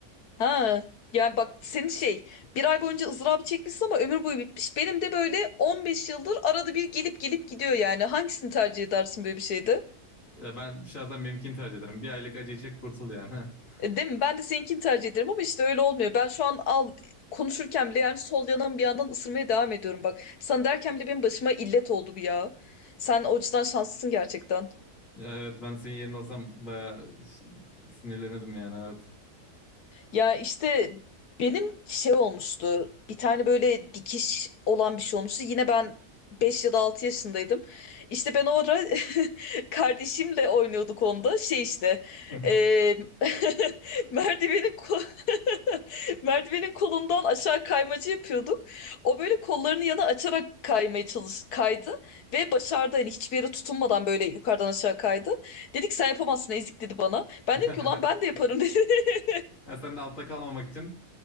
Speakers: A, on the left; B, on the left.
A: Ha, yani bak senin şey bir ay boyunca ızdırabı çekmişsin ama ömür boyu bitmiş. Benim de böyle 15 yıldır arada bir gelip gelip gidiyor yani. Hangisini tercih edersin böyle bir şeyde?
B: Ya ben şahsen benimkini tercih ederim. Bir aylık acıyı çek kurtul yani. <laughs>
A: E, Değil mi? Ben de seninkini tercih ederim ama işte öyle olmuyor. Ben şu an al konuşurken bile yani sol yanağımı bir yandan ısırmaya devam ediyorum bak. Sana derken bile benim başıma illet oldu bu ya. Sen o açıdan şanslısın gerçekten.
B: Ya Evet ben senin yerine olsam bayağı ş- sinirlenirdim yani
A: Ya işte benim şey olmuştu. Bir tane böyle dikiş olan bir şey olmuştu. Yine ben 5 ya da 6 yaşındaydım. İşte ben orada <laughs> kardeşimle oynuyorduk onda. Şey işte
B: evet.
A: eee, <laughs> merdivenin ko- <laughs> merdivenin kolundan aşağı kaymacı yapıyorduk. O böyle kollarını yana açarak kaymaya çalış kaydı ve başardı. Hani hiçbir yere tutunmadan böyle yukarıdan aşağı kaydı. Dedik sen yapamazsın ezik dedi bana. Ben
B: <laughs>
A: dedim ki ulan ben de yaparım <laughs>
B: Ya sen de altta kalmamak için.